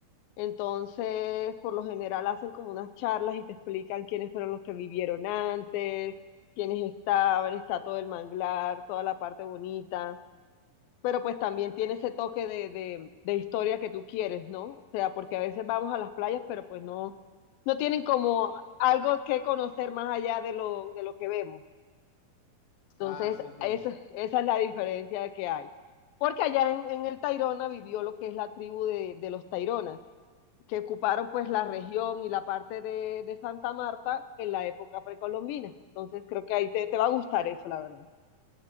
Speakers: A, on the left (about 85°); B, on the left (about 55°).
A: Entonces, por lo general hacen como unas charlas y te explican quiénes fueron los que vivieron antes, quiénes estaban, está todo el manglar, toda la parte bonita. Pero pues también tiene ese toque de, de, de historia que tú quieres, ¿no? O sea, porque a veces vamos a las playas, pero pues no, no tienen como algo que conocer más allá de lo, de lo que vemos.
B: Ah,
A: Entonces,
B: sí, entiendo.
A: esa, esa es la diferencia que hay. Porque allá en, en el Tayrona vivió lo que es la tribu de, de los Taironas que ocuparon pues la región y la parte de, de Santa Marta en la época precolombina. Entonces creo que ahí te, te va a gustar eso, la verdad.